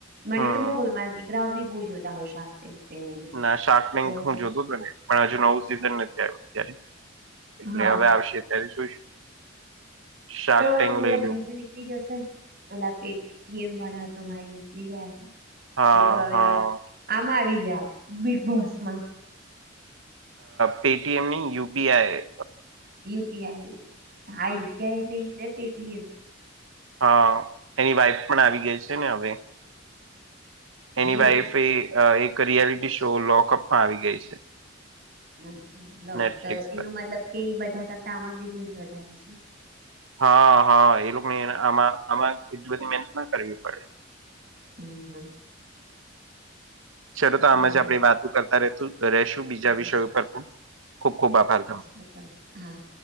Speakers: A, on the right (about 50°); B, on the right (about 75°).
A: મને
B: હમ
A: તો બહુ ગમે મારા દીકરાઓ ભી બહુ જોતા હોય શાર્ક. એવું. બધું
B: ના શાર્ક લિંક
A: તો
B: હું જોતો ઘરે. પણ હજુ નવું સિઝન નથી આવ્યું અત્યારે, એટલે
A: હા
B: હવે આવશે અત્યારે જોઈશું. શાર્ક
A: હ
B: ટેન્ક
A: તો પલા
B: લઈ
A: ભાઈ
B: લઉ
A: તો નીકળી જશે, પેલા પેટ થી ગેમ વાળા તો ભાઈ નીકળી ગયા.
B: હા
A: એ તો હવે
B: હા
A: આમાં આવી ગયા, બિગ બોસમાં.
B: પે ટી એમ ની યુ પી આઈ.
A: યુપીઆઈ હા યુપીઆઈ એટલે એજ ને પેટીએમ
B: હ એની વાઈફ પણ આવી ગઈ છે ને હવે એની
A: હે
B: વાઈફ એ. અ એક રિયાલિટી શો લોકઅપમાં આવી ગઈ છે.
A: <unintelligible>
B: નેટફ્લિક્સ
A: એનું
B: પર
A: મતલબ કે બધા કરતા આમાં બિઝનેસ વધારે છે.
B: હા હા એ લોકોને આમાં આમાં એટલી બધી મહેનત ના કરવી પડે.
A: હમ્મ હમ્મ
B: ચલો તો આમ
A: બરોબર
B: જ આપણે વાતો કરતા રહેશું રશું બીજા વિષયો
A: હા
B: પર પણ ખુબ ખુબ આભાર તમને.
A: <inaudible> હા.